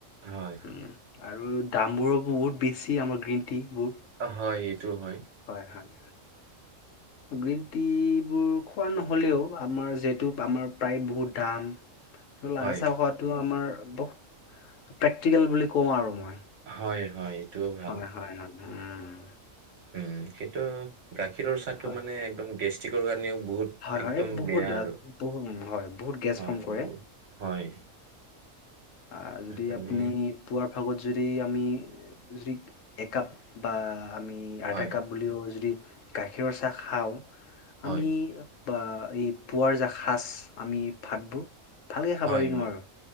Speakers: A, on the right; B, on the left.
A: হয়। হয়
B: উম আৰু দামবোৰো বহুত বেছি আমাৰ গ্ৰীণ টিবোৰ।
A: হয় এইটো হয়।
B: হয় হয়। গ্ৰীণ টিবোৰ খোৱা নহ'লেও, আমাৰ যিহেতু আমাৰ প্ৰায় বহুত দাম। লাল
A: হয়
B: চাহ খোৱাটো আমাৰ বহ প্ৰেক্টিকেল বুলি কওঁ আৰু মই।
A: হয় হয়। এইটোও ভাল।
B: হয় হয় হয় উম
A: উম কিন্তু গাখীৰৰ চাহটো
B: হয়
A: মানে একদম গেষ্ট্ৰিকৰ কাৰণেও বহুত
B: হয়, হয়।
A: একদম
B: এই বহুত
A: বেয়া আৰু,
B: আ বহু হয়, বহুত গেছ
A: হয়
B: ফৰ্ম কৰে।
A: বহুত হয়।
B: আ যদি
A: সেইকাৰণে
B: আপুনি পুৱাৰ ভাগত যদি আমি যদি একাপ বা আমি আধা
A: হয়,
B: কাপ, বুলিও যদি গাখীৰৰ চাহ খাওঁ
A: হয়,
B: আমি। বা এই পোৱাৰ যা খাছ আমি ভাতবোৰ ভালকে খাবই
A: হয়, হয়,
B: নোৱাৰোঁ।